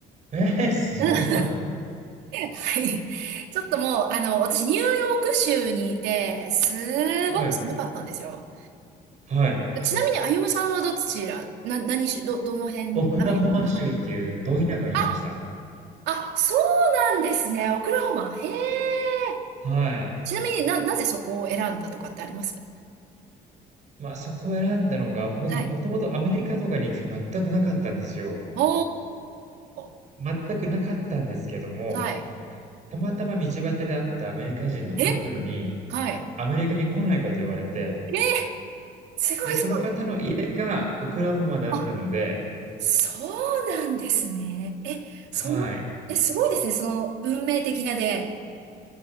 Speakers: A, on the right; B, on the right.
A: ええ、すごい。
B: うん。<laughs> はい。<laughs> ちょっともう、あの、私、ニューヨーク州にいて、すごく寒かったんですよ。
A: はい。はい。
B: あちなみに、歩夢さんはどちら、な、何し、ど、どの辺、
A: オクラホマ州っていうど田舎にいました。
B: アメリカの、はい。あ、あ、そうなんですね。オクラホマ。へえ。
A: はい。
B: ちなみにな、なぜそこを選んだとかってあります
A: まあ、そこを選んだのが、僕もともとアメリカとかに行く気全くなかったんですよ。
B: はい。おー。
A: 全くなかったんですけども、
B: はい。
A: たまたま道端で会ったアメリカ人のカップルに、
B: えはい。え
A: アメリカに来ないかと言われて、
B: ーすごいそう。
A: で、その方の家がオクラホマだったので、
B: あ、そうなんですね。え、その、
A: はい。
B: え、すごいですね。その、運命的な出会